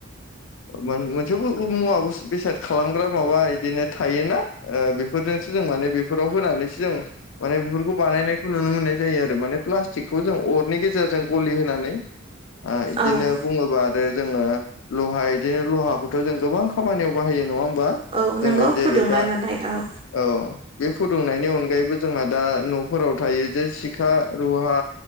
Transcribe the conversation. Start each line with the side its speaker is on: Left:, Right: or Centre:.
Left: मोनसेबो मुवा बेसाद खालामग्रा माबा इदिनो थायोना ओ बेफोरजोंसो जों माने बेफोराव होनानैसो जों माने बेफोरखौ बानायनायखौ नुनो मोननाय जायो आरो माने प्लास्टिकखौ जों अरनि गेजेरजों गलि होनानै आ बिदिनो
Right: औ
Left: बुङोब्ला आरो जोङो लहा इदिनो लहाखौथ जों गोबां खामानियाव बाहायो नङा होमबा
Right: औ नोंगौ
Left: जोङो जेरै
Right: फुदुंनाय
Left: दा
Right: मानाय औ
Left: औ बे फुदुंनायनि अनगायैबो जोंहा दा न'फोराव थायो जे सिखा रुहा